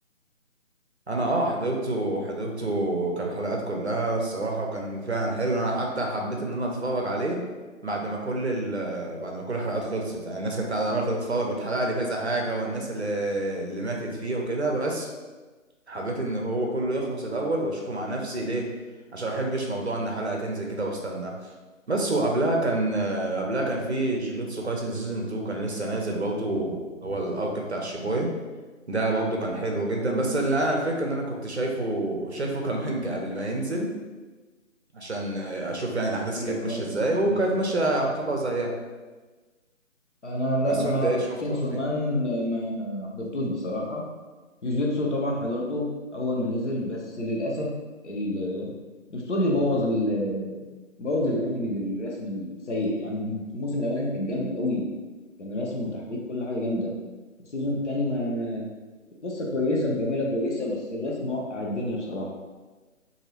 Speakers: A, on the right; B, on the left.
A: انا اه حضرته حضرته كان الحلقات كلها الصراحه وكان فعلا حلو انا حتى حبيت ان انا اتفرج عليه بعد ما كل ال بعد ما كل الحلقات خلصت يعني الناس كانت عماله تتفرج وتحرق لي كذا حاجه والناس اللي اللي ماتت فيه وكده بس حبيت ان هو كله يخلص الاول واشوفه مع نفسي ليه عشان ما بحبش موضوع ان حلقه تنزل كده واستنى بس وقبلها كان آه، قبلها كان في جوجوتسو كايسن سيزون 2 كان لسه نازل برضه هو الارك بتاع الشيبويه ده برضه كان حلو جدا بس اللي انا الفكره ان انا كنت شايفه شايفه <laughs> كمانجا قبل ما ينزل عشان آه، اشوف يعني الاحداث
B: ايوه
A: كانت
B: فاهم
A: ماشيه ازاي
B: ايوه
A: وكانت ماشيه يعتبر زيها
B: انا لا
A: بس
B: انا
A: وانت ايه شفته
B: شينسو
A: يا اخي
B: مان ما حضرتوش بصراحه جوجيتسو طبعا حضرته اول ما نزل بس للاسف ال- الاستوديو بوظ ال بوظ الانمي بالرسم السيء يعني الموسم الاولاني كان جامد قوي كان رسم وتحريك كل حاجه جامده السيزون التاني ما القصه كويسه مكمله كويسه بس الرسم وقع الدنيا بصراحه